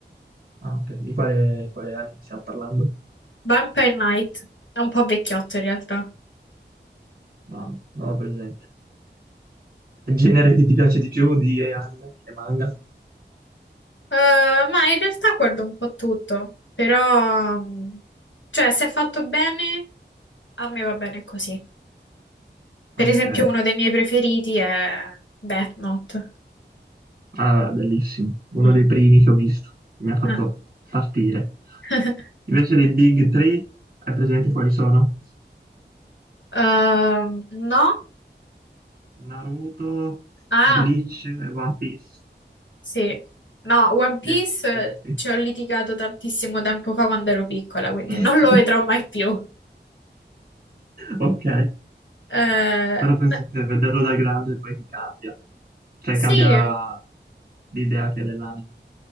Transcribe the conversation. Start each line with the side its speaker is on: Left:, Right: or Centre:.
Right: ah, ok. Di quale, quale anime stiamo parlando?
Left: Vampire Knight è un po' vecchiotto in realtà.
Right: No, non ho presente. È Il genere che ti piace di più di anime e manga?
Left: Eh, ma in realtà guardo un po' tutto, però, mh, cioè, se è fatto bene, a me va bene così. Per
Right: Ok.
Left: esempio, uno dei miei preferiti è Death Note.
Right: Ah, bellissimo, uno
Left: Mm.
Right: dei primi che ho visto, che mi ha fatto
Left: Ah.
Right: partire.
Left: <laughs>
Right: Invece dei Big Three, hai presente quali sono?
Left: Ehm, no?
Right: Naruto,
Left: Ah,
Right: Bleach e One Piece.
Left: sì. No, One Piece
Right: Li hai visti?
Left: eh, ci ho litigato tantissimo tempo fa quando ero piccola, quindi
Right: <laughs>
Left: non lo vedrò mai più.
Right: Ok,
Left: Eh,
Right: però penso
Left: ma-
Right: che vederlo da grande poi ti cambia, cioè
Left: sì,
Right: cambia l'idea che hai dell'anime.